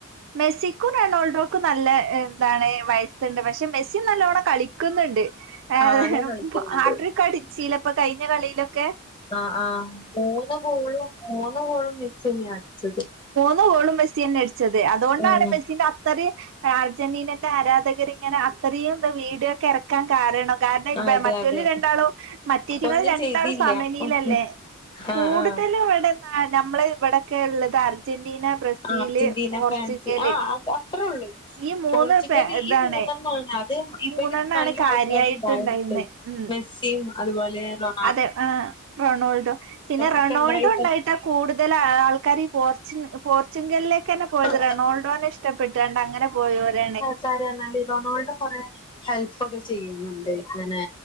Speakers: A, on the right; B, on the left.
A: മെസ്സിക്കും റൊണാൾഡോക്കും നല്ല എന്താണ് വയസ്സുണ്ട് പക്ഷെ മെസ്സി നല്ലോണം കളിക്കുന്നുണ്ട് ഏ
B: ആള് കളിക്കുന്നുണ്ട്.
A: ഹാട്രിക് അടിച്ചീലെ ഇപ്പൊ കയ്ഞ്ഞ കളീലൊക്കെ
B: അ ആ മൂന്ന് ഗോളും മൂന്ന് ഗോളും മെസ്സി എന്നെ അടിച്ചത്
A: മൂന്നു ഗോളും മെസ്സി എന്നെ അടി ച്ചത് അതുകൊണ്ടാണ്
B: ഉം
A: മെസ്സിനെ അത്രയും അർജന്റീനന്റെ ആരാധകരിങ്ങനെ അത്രയും എന്താ വീഡിയൊക്കെ എറ ക്കാൻ കാരണം കാരണം ഇവ
B: അതെ
A: മറ്റോല്
B: അതെ
A: രണ്ടാളും മറ്റേറ്റങ്ങള്
B: ഒന്നും
A: രണ്ടാളും
B: ചെയ്തില്ല.
A: സമനിലല്ലേ
B: ആഹ്
A: കൂടുതലും
B: ആഹ്
A: ഇവിടെ നമ്മള ഇവിടൊക്കെ ഉള്ളത് അർജന്റീന ബ്രസീല്
B: ആ അർജന്റീന
A: പോർച്ചുഗല്
B: ഫാൻസ് ആ അത് അത്രേ ഉള്ളൂ
A: ഈ മൂന്ന്
B: പോർച്ചുഗൽ ഈ
A: ഇതാണ്
B: മൂന്നെണ്ണോള്ളു ഇതും ഇബലും
A: മൂന്നെണ്ണാണ്
B: നല്ല
A: കാര്യായിട്ടുണ്ടായിന്ന്
B: ആൾക്കാരുണ്ടായിട്ട
A: ഉം
B: മെസ്സിയും അതുപോലെ റൊ
A: അതെ ആ് റൊണാൾഡോ പിന്നെ റൊണാൾഡോ
B: ഒക്കെ ഉണ്ടായിട്ടാണ്
A: ഉണ്ടായിട്ടാ കൂടുതൽ ആൾക്കാര് ഈ പോർച്ചു പോർച്ചുഗലിലേക്കന്നെ പോയത്
B: ആ
A: റൊണാൾഡോനെ ഇഷ്ടപ്പെട്ടാണ്ട് അങ്ങനെ പോയോരാണ്
B: ക്ക് അറിയ റൊണാൾഡോ കൊറെ ഹെൽപ്പ് ഒക്കെ ചെയ്യുന്നുണ്ട് ഇങ്ങനെ